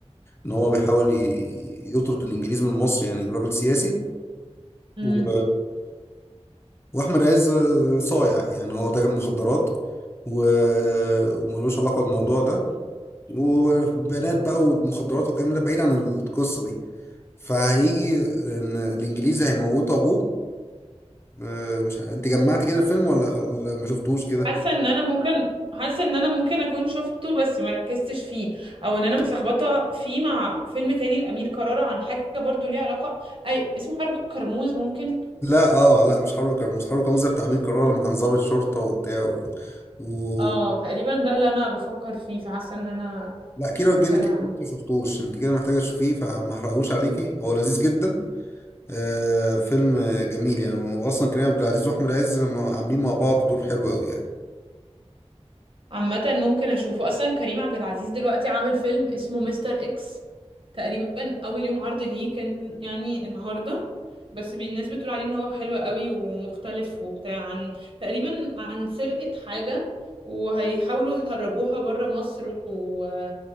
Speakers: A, on the left; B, on the right.
A: ان هو بيحاول ي- يطرد الانجليز من مصر يعني راجل سياسي
B: امم
A: و... واحمد عز صايع يعني هو تاجر مخدرات و... وملوش علاقة بالموضوع ده وبنات بقى ومخدرات والكلام ده بعيد عن القصة دي فهيجي ان الانجليزي هيموتوا ابوه آه، مش ه... انت جمعت كده الفيلم ولا خل... لا، ما شفتوش كده
B: حاسة ان انا ممكن حاسة ان انا ممكن اكون شفته بس ما ركزتش فيه او ان انا متلخبطة فيه مع فيلم تاني لأمير كرارة عن حاجة برضو ليها علاقة اي اسمه حرب الكرموز ممكن
A: لا اه لا مش حرب كرموز حرب كرموز ده بتاع امير كرارة لما كان ضابط شرطة وبتاع و... و...
B: اه تقريبا ده اللي انا بفكر فيه فحاسة ان انا
A: لا كيرة والجن
B: بتكلم
A: كده
B: عن
A: ما شفتوش انت كده محتاجة تشوفيه فما احرقهوش عليكي هو لذيذ جدا آه فيلم جميل يعني واصلا كريم عبد العزيز واحمد عز لما عاملين مع بعض دور حلو قوي يعني
B: عامة ممكن اشوفه اصلا كريم عبد العزيز دلوقتي عامل فيلم اسمه مستر اكس تقريبا اول يوم عرض ليه كان يعني النهارده بس بي- الناس بتقول عليه ان هو حلو قوي ومختلف وبتاع عن تقريبا عن سرقة حاجة وهيحاولوا يهربوها بره مصر و...